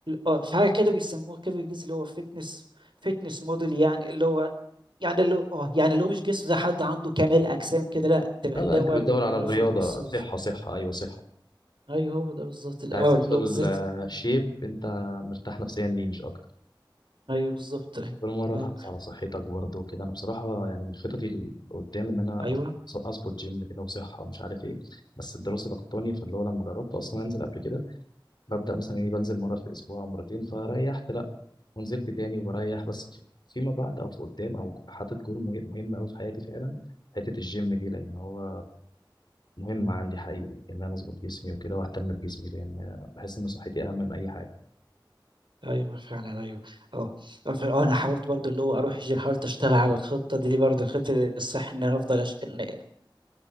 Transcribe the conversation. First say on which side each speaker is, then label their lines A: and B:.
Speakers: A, on the right; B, on the left.
A: اه في حاجه كده بيسموه كده بالانجليزي اللي هو فيتنس فيتنس موديل يعني اللي هو يعني اللي هو اه يعني اللي هو مش جسم زي حد عنده كمال اجسام كده لا تبقى
B: لا
A: اللي
B: لا انت
A: هو
B: بتدور
A: اللي
B: على الرياضة
A: في النص بالظبط
B: صحة صحة ايوه صحة
A: ايوه هو ده بالظبط ال-
B: انت
A: اه
B: عايز توصل
A: اللي هو بالذات
B: آه،
A: مم.
B: شيب انت مرتاح نفسيا ليه مش اكتر
A: ايوه بالظبط ايوه
B: كل مرة
A: اه
B: تحافظ على صحتك برضه وكده انا بصراحة يعني من خططي اللي قدام ان انا
A: ايوه
B: أظ- اظبط جيم كده وصحة ومش عارف ايه بس الدراسة ضغطاني فاللي هو لما جربت اصلا انزل قبل كده ببدأ مثلا يعني بنزل مرة في الأسبوع أو مرتين فريحت لأ ونزلت تاني وبريح بس في- فيما بعد أو في قدام أو جو- حاطط جول مه- مهم أوي في حياتي فعلا حتة الجيم دي لأن هو مهم عندي حقيقي إن أنا أظبط جسمي وكده وأهتم بجسمي لأن بحس إن صحتي أهم من أي حاجة
A: ايوه فعلا ايوه اه اه ف- اه انا حاولت برضو اللي هو اروح الجيم حاولت اشتغل على الخطه دي برضو الخطه دي الصح ان أنا افضل أش... إن...